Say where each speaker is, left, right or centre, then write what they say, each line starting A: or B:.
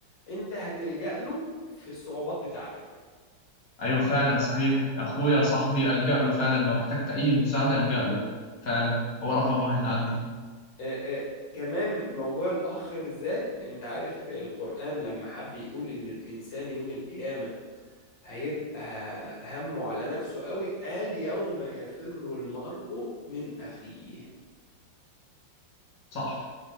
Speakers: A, on the left; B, on the left.
A: أنت هتلجأ له في الصعوبات بتاعتك
B: ايوه فعلا صحيح اخويا صاحبي الجأ له فعلا لو احتجت اي مساعدة الجأ له فعلا هو رقم واحد عندي
A: آه، آه، كمان موضوع الأخ بالذات أنت عارف القرآن لما حب يقول إن الإنسان يوم القيامة هيبقى همه على نفسه قوي قال يوم يفر المرء من أخيه
B: صح